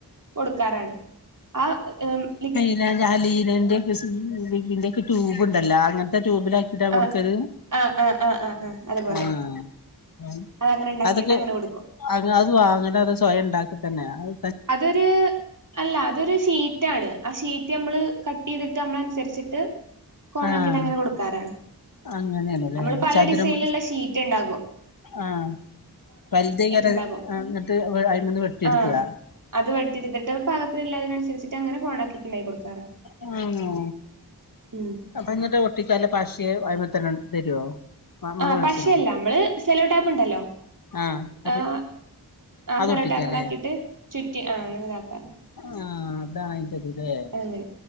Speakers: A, on the right; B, on the left.
A: കൊടുക്കാറാണ് ആഹ് ഏം ലിക്
B: ലലാ ലീനന്റെ യ്ക്കെ കിസ ബിഗ് ബിൻ്റെ ക്കെ ട്യൂബ്ഉണ്ടല്ലോ അങ്ങനത്തെ ട്യൂബിലാ ക്കിട്ടാ
A: ആ
B: കൊടുക്കല്
A: ആ ആ ആ ആ ആ അതുപോലെ
B: ആഹ് ഏം
A: അതങ്ങനെ ഉണ്ടാക്കിയിട്ട്
B: അതൊക്കെ
A: അങ്ങനെ കൊടുക്കും
B: അത് അത് വാങ്ങന അത് സ്വയം ഉണ്ടാക്കി തന്നെയാവ്
A: അതൊരൂ അല്ല അതൊരു ഷീറ്റാണ് ആ ഷീറ്റ് നമ്മള് കട്ട് ചെയ്തിട്ട് നമ്മളൻസരിച്ചിട്ട് ക്കോണക്കിട്ട്
B: ആഹ്
A: അങ്ങനെ കൊടുക്കാറാണ്
B: അങ്ങനെയാണല്ലേ
A: അമ്മള് പല
B: ചതുരം
A: ഡിസൈൻ ല്ള്ള ഷീറ്റ്ണ്ടാകും
B: ആഹ് വൽതെയ്കാരം
A: ഉണ്ടാകും
B: അത് ആഹ് എന്നിട്ട് അയിമന്ന് വെട്ടിട്ക്കാ
A: ആഹ് അത് വെട്ടി ഇട്ത്തിട്ട് പാകത്തിൻ ള്ളെയിനൻസരിച്ചിട്ട് അങ്ങനെ കോണക്കിയിട്ട് ഇണ്ടാക്കി കൊടുക്കാറാ
B: അഹ് ആഹ്
A: ഉം
B: അപ്പൊ എന്നിട്ട് ഒട്ടിക്കാൻല്ല പശെ അയ്മ തന്നെ തരുവോ നമ്മള്
A: ആഹ്
B: മേടിച്ചിണോ
A: പശയല്ല അമ്മള് സെല്ലോടാപ്പ്ണ്ടല്ലോ
B: ആഹ് അത്
A: ആഹ് ആഹ്
B: അതൊട്ടിക്കല്ലേ
A: സെലോടാപ്പിലാക്കീട്ട് ചുറ്റി ആഹ് അങ്ങനെ താക്കാ
B: ആഹ് അതാണയ് <unintelligible>
A: അങ്ങനെ